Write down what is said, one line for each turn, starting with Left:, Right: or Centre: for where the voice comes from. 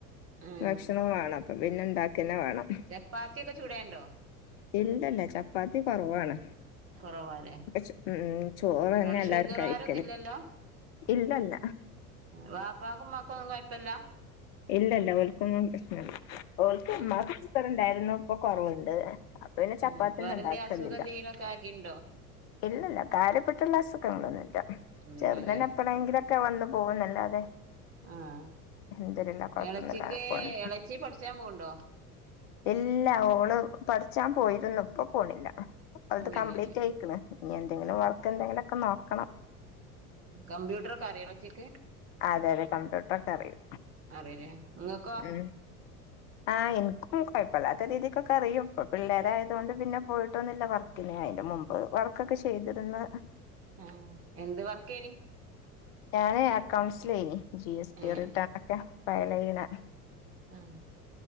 Right: ഏഹ്
Left: ഭക്ഷണം വേണം അപ്പൊ പിന്നെ ഇണ്ടാക്കന്നെ വേണം
Right: ചപ്പാത്തിയൊക്കെ ചുടേണ്ടോ?
Left: ഇല്ല ഇല്ല ചപ്പാത്തി കുറവാണ്
Right: കൊറവാലേ
Left: ഉ ഉം ചോറ്
Right: ഇങ്ങള്
Left: തന്നെ എല്ലവരും
Right: ഷുഗറാരൊന്നും
Left: കഴിക്കല്
Right: ഇല്ലല്ലോ?
Left: ഇല്ലല്ല
Right: വാപ്പാക്കും ഉമ്മാക്കൊന്നും കൊഴപ്പല്ല
Left: ഇല്ലല്ല ഓൽക്കൊന്നും പ്രശ്നല്ല ഓൽക്ക്
Right: ഏഹ്
Left: <unintelligible> ണ്ടായിരുന്നു ഇപ്പൊ കൊറവുണ്ട് അപ്പൊ പിന്നെ ചപ്പാത്തിന്നും
Right: ഏഹ് വേറെന്തേം
Left: ഇണ്ടാക്കലില്ലാ
Right: അസുഖം എന്തേലൊക്കെ ആക്കിണ്ടോ?
Left: ഇല്ലല്ല കാര്യപ്പെട്ടുള്ള അസുഖങ്ങളൊന്നുംല്ല
Right: ഒന്നുല്ലല്ലേ
Left: ചെറുതിന് എപ്പഴെങ്കിലും ക്കെ വന്ന് പോകുന്നല്ലാതെ
Right: ആഹ്
Left: അൽഹംദുലില്ലാഹ് കൊഴപ്പൊന്നുല്ലാതെ
Right: ഇളച്ചിക്ക്
Left: പോണ് ണ്ട്.
Right: ഇളച്ചി പഠിച്ചാൻ പോകണ്ടോ
Left: ഇല്ല ഓള് പഠിച്ചാൻ പോയിരന്നു ഇപ്പോ പോണില്ല ഇപോ
Right: പോണില്ലല്ലേ
Left: അത് കംപ്ലീറ്റ് ആയക്ന് എന്തെങ്കിലും വർക്ക് എന്തെങ്കിലും ഒക്കെ നോക്കണം
Right: കമ്പ്യൂട്ടർ ഒക്കെ അറിയോ ഇല്ലാച്ചിക്
Left: അതെ അതെ കമ്പ്യൂട്ടർ ഒക്കെ അറിയൂ
Right: അറിയൂലേ ഇങ്ങക്കോ?
Left: ഉം ആഹ് എനിക്കും കുഴപ്പമില്ലാത്ത രീതിക്കൊക്കെ അറിയും ഇ പിള്ളേരായത കൊണ്ട് പിന്നെ പോയിട്ടൊന്നില്ല വർ പിന്നെ അതിന്റെ മുമ്പ് വർക്കൊക്കെ ചെയ്തിരുന്ന്
Right: ഉം എന്ത് വർക്ക് അയിന്
Left: ഞാന് അക്കൗണ്ട്സൽ ജി എസ് ടി
Right: ഏഹ്
Left: റിട്ടേൺ ഒക്കെ ഫയൽ ചെയന
Right: ആം